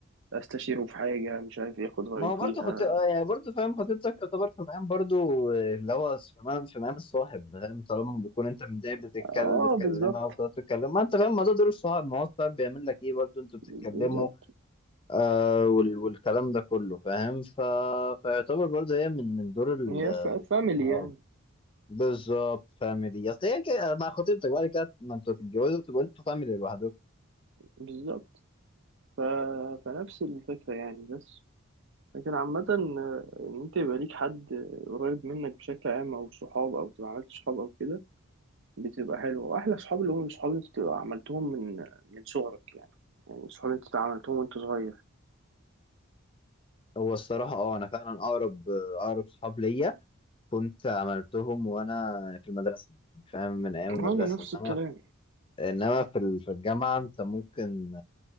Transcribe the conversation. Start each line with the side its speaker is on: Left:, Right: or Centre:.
Right: استشيره في حاجة مش عارف ياخد رأيه
Left: ما هو
Right: فيها
Left: برضه خط... آه يعني برضه فاهم خطيبتك تعتبر في مقام برضه آه، اللي هو في مقام في مقام الصاحب فاهم طالما بتكون انت متضايق بتتكلم
Right: اه
Left: بتكلمها
Right: بالظبط
Left: وبتقعد تتكلم ما انت فاهم ما ده دور الصاحب ما هو الصاحب بيعمل لك ايه برضه انتوا بتتكلموا
Right: بالظبط
Left: آه وال... والكلام ده كله فاهم ف... فيعتبر برضه هي من من دور ال
Right: هي ف- فاميلي
Left: آه،
Right: يعني
Left: بالظبط فاميلي اصل هي كده مع خطيبتك بعد كده ما انتوا تتجوزوا تبقوا انتوا فاميلي لوحدكم
Right: بالظبط ف... فنفس الفكرة يعني بس لكن عامة آه، إن أنت يبقى ليك حد قريب منك بشكل عام أو صحاب أو تبقى عملت صحاب أو كده بتبقى حلوة وأحلى صحاب اللي هم الصحاب اللي أنت بتبقى عملتهم من من صغرك يعني يعني صحاب أنت عملتهم وأنت صغير
Left: هو الصراحة اه انا فعلا اقرب آه، اقرب صحاب ليا كنت عملتهم وانا في المدرسه يعني فاهم من ايام المدرسه
Right: وأنا نفس
Left: انما
Right: الكلام
Left: انما في ال- في الجامعه انت ممكن